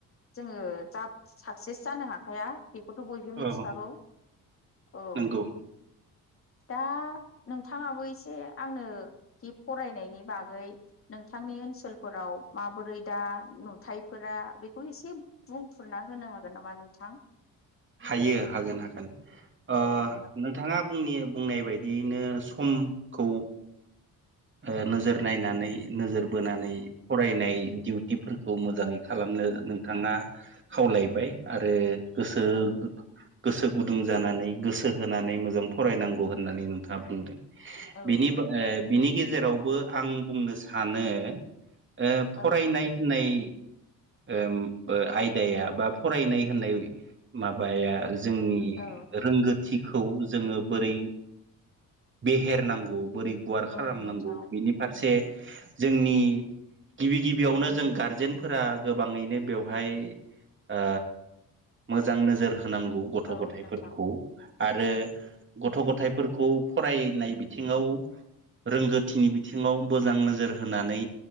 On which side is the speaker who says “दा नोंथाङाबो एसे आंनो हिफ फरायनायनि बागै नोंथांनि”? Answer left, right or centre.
Left